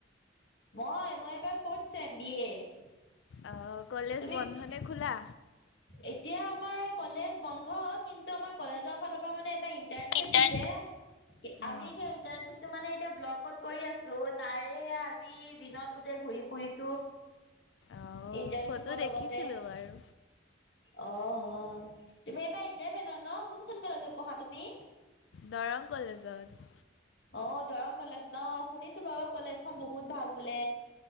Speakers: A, on the left (about 60°); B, on the left (about 85°).
A: মই মই এইবাৰ ফৰ্থ চেম বি এৰ
B: অ কলেজ
A: তুমি
B: বন্ধ নে খোলা?
A: এতিয়া আমাৰ কলেজ বন্ধ কিন্তু আমাৰ কলেজৰ ফালৰ পৰা মানে এটা ইণ্টাৰ্নশ্বিপ
B: ইণ্টাৰ্ণ।
A: দিছে আমি
B: অ',
A: সেই ইণ্টাৰ্নশ্বিপটো মানে এতিয়া ব্লকত কৰি আছো তাৰে আজি দিনত গোটেই ঘূৰি ফুৰিছো
B: অ
A: ইন্টাৰ্ণশ্বিপৰ
B: ফটো দেখিছিলোঁ
A: লগতে
B: বাৰু
A: অ অ তুমি এইবাৰ ইলেভেনত ন, কোনখন কলেজত পঢ়া তুমি?
B: দৰং কলেজত
A: অ দৰং কলেজ ন শুনিছো বাৰু কলেজখন বহুত ভাল বোলে